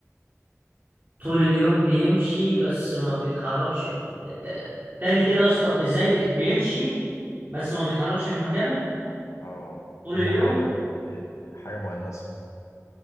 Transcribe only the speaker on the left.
اه
هي
حاجة إيه، حاجة مؤنثة